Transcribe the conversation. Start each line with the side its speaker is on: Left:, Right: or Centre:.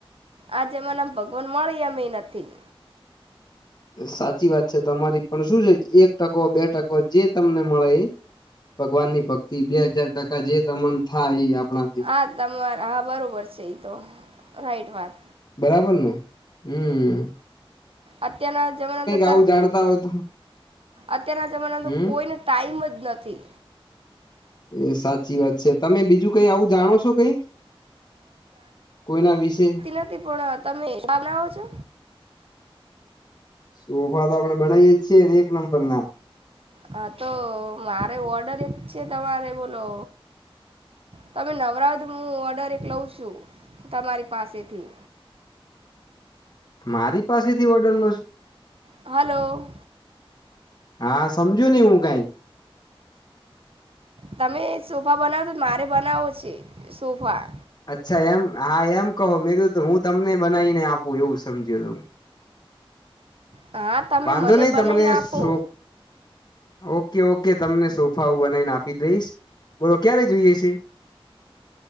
Right: આજે મનેમ ભગવાન મળી એમ એ નથી.
Left: સાચી વાત છે. તમારી પણ શું છે એક ટકો બે ટકો જે તમને મળે એ ભગવાન ની ભક્તિ બે હજાર ટકા જે તમન થાય ઈ આપડા
Right: હા તમારા હા બરોબર છે એ તો રાઈટ વાત
Left: બરાબર ને હમ્મ.
Right: અત્યાના જમાના ના તો તર
Left: આવું જાણતા હોય તો
Right: અત્યારના જમાના
Left: હમ
Right: તો કોઈને ટાઈમ જ નથી.
Left: એ સાચી વાત છે. તમે બીજું કઈ આવું જાણો છો કઈક, કોઈના વિશે?
Right: ને નથી પણ અહ તમે બનાવો છો?
Left: સોફા તો આપડે બનાવીયે જ છીએ ને એક નંબર ના.
Right: હા, તો મારે ઓર્ડર એક છે તમારે બોલો તમે નવરાત હું ઓર્ડર એક લઉં છું તમારી પાસેથી.
Left: મારી પાસેથી ઓર્ડર લો છો?
Right: હલો.
Left: હા, સમજુ ની હું કાઈ.
Right: તમે સોફા બનાવ છો મારે બનાવો છે સોફા.
Left: અચ્છા એમ હા એમ કહો મેં કીધું હું તમને બનાવીને આપું એવું સમજીયો થો હું.
Right: હા તમે
Left: વાંધો
Right: મને
Left: નહી
Right: બનાવીને
Left: તમને
Right: આપો
Left: શું ઓકે ઓકે તમને સોફા હું બનાવીને આપી દઈશ બોલો ક્યારે જોઈએ છે.